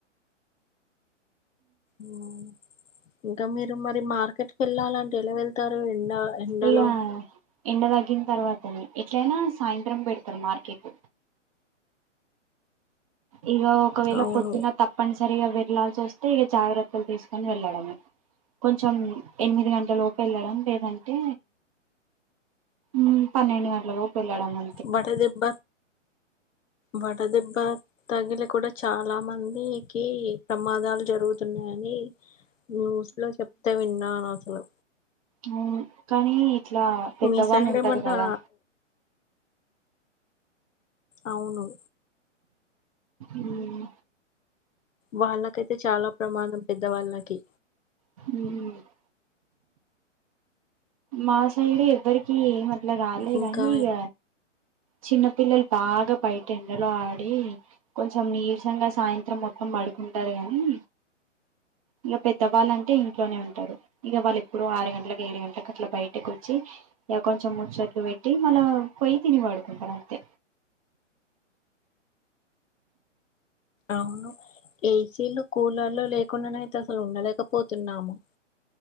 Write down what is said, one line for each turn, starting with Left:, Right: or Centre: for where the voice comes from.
Left: మ్మ్ ఇంకా మీరు మరి మార్కెట్కి వెళ్ళాలంటే ఎలా వెళ్తారు ఎండ ఎండలో
Right: ఇగ ఎండ తగ్గిన తర్వాతనే ఎట్లయినా సాయంత్రం పెడతారు మార్కెట్ ఇగ ఒకవేళ
Left: అవును
Right: పొద్దున్న తప్పనిసరిగా విళ్లాల్సి వస్తే ఇగ జాగ్రత్తలు తీసుకొని వెళ్ళడమే కొంచెం ఎనిమిది గంటల లోపు వెళ్ళడం లేదంటే మ్మ్ పన్నెండు గంటలలోపు వెళ్ళాడమే
Left: వడ దెబ్బ వడ దెబ్బ తగిలి కూడా చాలా మందికి ప్రమాదాలు జరుగుతున్నాయని న్యూస్ లో చెప్తే విన్ననసలు
Right: మ్ కానీ ఇట్లా పెద్దవాళ్ళు
Left: మీ సైడ్
Right: ఉంటారు
Left: ఏమన్నా
Right: కదా
Left: అవును
Right: మ్
Left: వాళ్ళకైతే చాలా ప్రమాదం పెద్ద వాళ్ళకి
Right: మ్ మా సైడు ఎవ్వరికి అట్లా కాలే
Left: ఇంకా
Right: కానీ ఇగ చిన్న పిల్లలు బాగా బయట ఎండలో ఆడి కొంచెం నీరసంగ సాయంత్రం మొత్తం పడుకుంటారు గాని ఇగ పెద్దవాళ్ళ అంటే ఇంట్లోనే ఉంటారు ఇగ వాళ్ళు ఎప్పుడో ఆరు గంటలకు ఏడు గంటలకు అట్లా బయటకు వచ్చి ఇగ కొంచెం ముచ్చట్లు పెట్టి మల్ల పొయ్యి తిని పడుకుంటారు అంతే
Left: అవును ఏసీలు కూలర్లు లేకుండానైయితే అసలు ఉండలేకపోతున్నాము